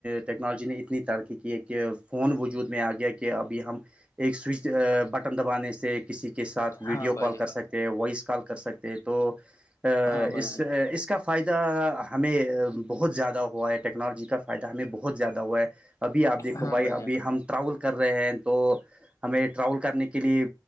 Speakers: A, on the right; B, on the left.
A: ٹیکنالوجی نے اتنی ترقی کی ہے کہ فون وجود میں آ گیا کہ ابھی ہم ایک سوئچ بٹ ٹم دبانے سے کسی کے ساتھ ویڈیو
B: ہاں
A: کال
B: بھائی جان
A: کر سکتے ہیں وائس کال کر سکتے ہیں تو اس
B: ہاں بھائی جان
A: اس اس کا فائدہ ہمیں بہت زیادہ ہوا ہے ٹیکنالوجی کا فائدہ ہمیں بہت زیادہ ہوا ہے ابھی آپ دیکھو
B: ہاں
A: بھائی
B: جان ہاں جان
A: ابھی ہم ٹراول کر رہے ہیں تو ہمیں ٹراول کرنے کے کے لیے